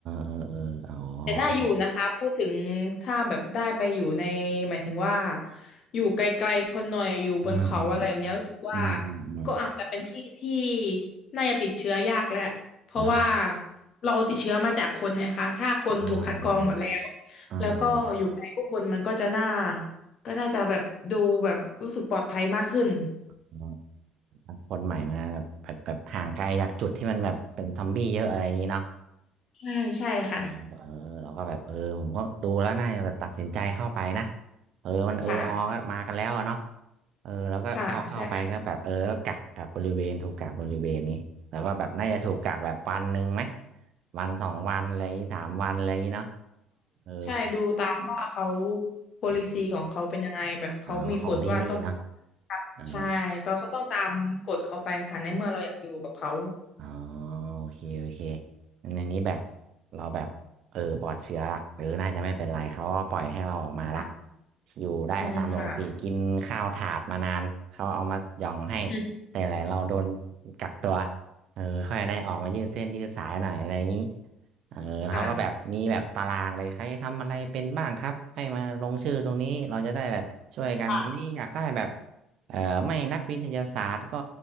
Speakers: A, on the right (about 65°); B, on the left (about 55°).
A: อเออเออเออเออเอออ๋อ
B: แต่น่าอยู่นะคะพูดถึงถ้าแบบได้ไปอยู่ในหมายถึงว่าอยู่ไกลๆคนหน่อยอยู่บนเขาอะไรแบบเนี้ยรู้สึกว่า
A: อืมอืมอืมอืมอืม
B: ก็อาจจะเป็นที่ที่น่าจะติดเชื้อยากแหละเพราะว่า
A: นะ
B: เราติดเชื้อมาจากคนนะคะถ้าคนถูกคัดกรองหมดแล้ว
A: อ่าอืมอืมอืม
B: แล้วก็อยู่ใกล้ผู้คนมันก็จะน่าก็น่าจะแบบดูแบบรู้สึกปลอดภัยมากขึ้น
A: อืมคนใหม่มาแบบแบบห่างไกลจากจุดที่มันแบบเป็นซอมบี้เยอะอะไรอย่างนี้เนาะ
B: ใช่ใช่ค่ะ
A: อืมเออเราก็แบบเออผมก็ดูแล้วน่าจะแบบตัดสินใจเข้าไปนะเออมันเออออก็มากันแล้วอะเนาะ
B: ค่ะ
A: เออเราก็เข้าเข้าไปก็แบบเออก็กักกักบริเวณถูกกักบริเวณนี้แล้วก็แบบน่าจะถูกกักแบบวันหนึ่งไหม
B: ค่ะใช่
A: วันสองวันอะไรอย่างงี้สามวันอะไรอย่างงี้เนาะเออ
B: ใช่ดูตามว่าเขา policy
A: ครับ
B: ของเขาเป็นยังไงแบบเขามีกฎว่าต้อง
A: อ๋อของที่นี่เนาะอ๋อ
B: ใช่ก็ก็ต้องตามกฎเขาไปค่ะในเมื่อเราอยากอยู่กับเขา
A: อ๋อโอเคโอเคงั้นในนี้แบบเราแบบเออปลอดเชื้อละหรือน่าจะไม่เป็นไรเขาก็ปล่อยให้เราออกมาละ
B: ค่ะ
A: อยู่ได้ตามปกติกินข้าวถาดมานานเขาเอามาหย่องให้
B: อืมค่ะอืม
A: แต่แหละเราโดนกักตัวเออค่อยได้ออกมายืดเส้นยืดสายหน่อยอะไรอย่างนี้เออเขาก็แบบมีแบบตารางเลยใครทำอะไรเป็นบ้างครับให้มาลงชื่อตรงนี้เราจะได้แบบช่วยกันตอนนี้อยากได้แบบ
B: ค่ะค่ะ
A: เอ่อไม่นักวิทยาศาสตร์ก็